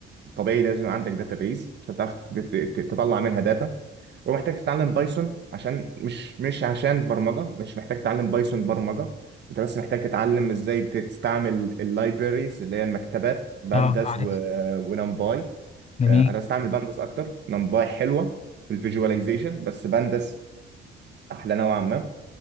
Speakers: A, on the right (about 60°); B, on the left (about 35°).
A: طبيعي لازم عندك داتابيز عشان تعرف ت- ت- تطلع منها داتا ومحتاج تتعلم بايثون عشان مش مش عشان برمجة مش محتاج تتعلم بايثون برمجة انت بس محتاج تتعلم ازاي تستعمل اللايبريز اللي هي المكتبات بانداز
B: اه عارف
A: ونمباي
B: جميل
A: آه، انا بستعمل بانداس اكتر نمباي حلوه في الفيجواليزيشن بس بانداس احلى نوعا ما